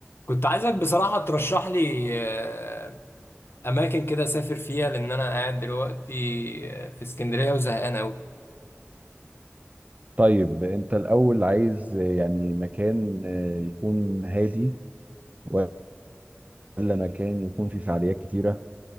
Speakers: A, on the left (about 60°); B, on the right (about 35°).
A: كنت عايزك بصراحة ترشح لي آه، أماكن كده أسافر فيها لأن أنا قاعد دلوقتي آه، في اسكندرية وزهقان أوي
B: طيب انت الاول عايز آه، يعني مكان آه، يكون هادي ولا مكان يكون فيه فعاليات كتيرة